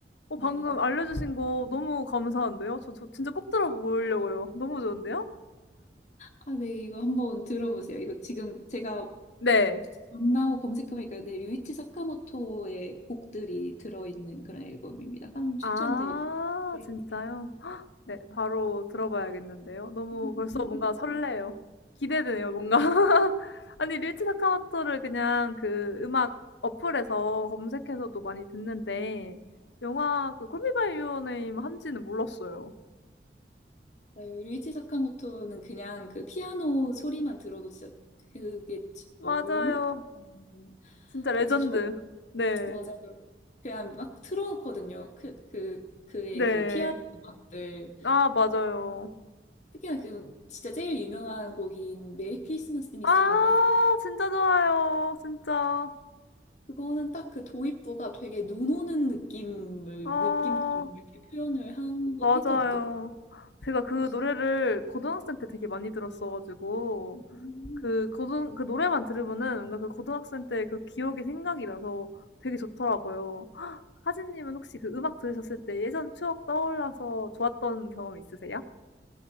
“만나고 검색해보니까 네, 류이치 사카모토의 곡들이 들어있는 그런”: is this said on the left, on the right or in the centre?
Left